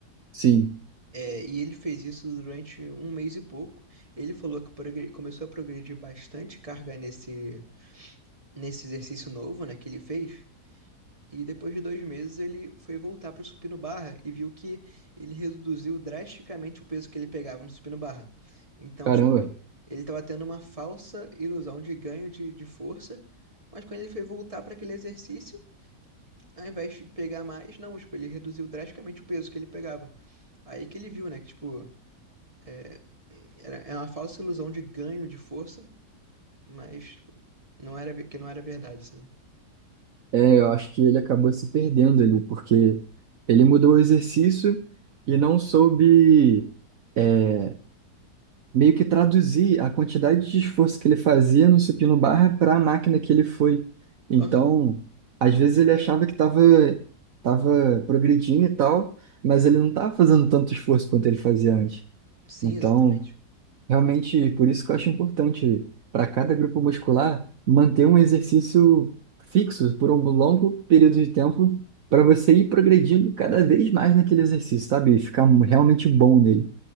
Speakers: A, on the right; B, on the right.
A: Sim,
B: É, e ele fez isso durante um mês e pouco. Ele falou que progre- começou a progredir bastante carga nesse, nesse exercício novo, né, que ele fez. E depois de dois meses ele foi voltar para o supino barra e viu que ele reduziu drasticamente o peso que ele pegava no supino barra. Então,
A: caramba.
B: tipo, ele estava tendo uma falsa ilusão de ganho de, de força, mas quando ele foi voltar para aquele exercício, ao invés de pegar mais, não, tipo, ele reduziu drasticamente o peso que ele pegava. Aí que ele viu, né, que, tipo, é, era, é uma falsa ilusão de ganho de força, mas tipo, não era ve- que não era verdade, sabe?
A: É, eu acho que ele acabou se perdendo ali, porque ele mudou o exercício e não soube. é, meio que traduzir a quantidade de esforço que ele fazia no supino barra para a máquina que ele foi. Então,
B: Aham,
A: às vezes ele achava que estava tava tava progredindo e tal, mas ele não estava fazendo tanto esforço quanto ele fazia antes.
B: sim,
A: Então,
B: exatamente.
A: realmente, por isso que eu acho importante para cada grupo muscular manter um exercício fixo por um longo período de tempo para você ir progredindo cada vez mais naquele exercício, sabe? E ficar realmente bom nele.